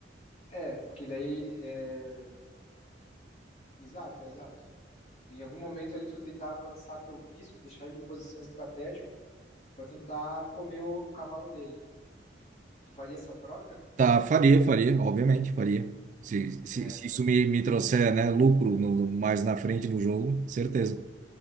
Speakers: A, on the left (about 40°); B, on the right (about 45°).
A: É, porque daí. É... Exato, é exato. Em algum momento ali tu tentar avançar teu bispo, deixar ele em posição estratégica para tentar comer o, o cavalo dele. Tu faria essa troca?
B: Tá, faria, faria, obviamente, faria. Se, se,
A: É,
B: se isso me, me trouxer, né, lucro no, mais na frente no jogo, certeza.